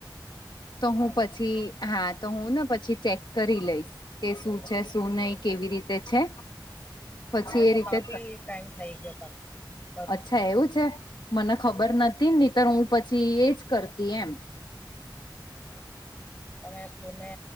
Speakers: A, on the left; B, on the left.
A: આમ
B: તો હું
A: સારું
B: પછી હા તો હું ને પછી ચેક કરી લઈશ. કે શું છે, શું નહી, કેવી રીતે છે. પછી
A: મારે
B: એ
A: તો
B: રીતે
A: કાફી ટાઈમ થઈ ગયો કરતા.
B: અચ્છા એવું છે, મને ખબર નથી નીતર હું પછી એજ કરતી એમ.
A: હ હ તમે સ્કૂલ મે